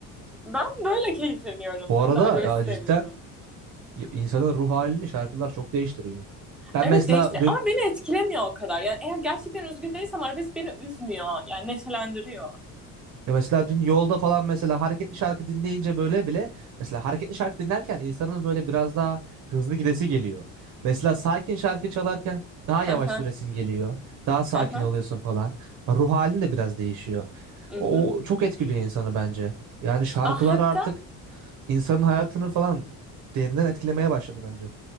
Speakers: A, in the centre; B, on the right.
A: Ben böyle keyifleniyorum.
B: Bu
A: Ben
B: arada
A: de arabesk
B: ya
A: seviyorum.
B: cidden y- insanın ruh halini şarkılar çok değiştiriyor. Ben
A: Evet
B: mesela
A: değiştir.
B: dün
A: ama beni etkilemiyor o kadar. Yani eğer gerçekten üzgün değilsem arabesk beni üzmüyor. Yani neşelendiriyor.
B: Ya mesela dün yolda falan mesela hareketli şarkı dinleyince böyle bile mesela hareketli şarkı dinlerken insanın böyle biraz daha hızlı gidesi geliyor. Mesela sakin şarkı çalarken daha yavaş
A: Aha
B: süresin geliyor. Daha sakin
A: aha
B: oluyorsun falan. Ruh halin de biraz değişiyor.
A: hı
B: O
A: hı,
B: çok etkiliyor insanı bence. Yani şarkılar
A: Ah, hatta
B: artık insanın hayatını falan derinden etkilemeye başladı bence.